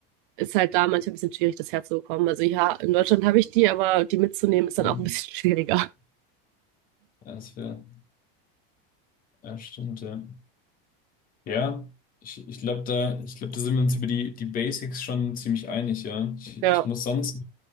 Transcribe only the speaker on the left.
Hm.
Ja, das wäre. ja, stimmt, ja. Ja, ich, ich glaube, da, ich glaub, da sind wir uns über die, die Basics schon ziemlich einig, ja. Ich,
ich muss sonst,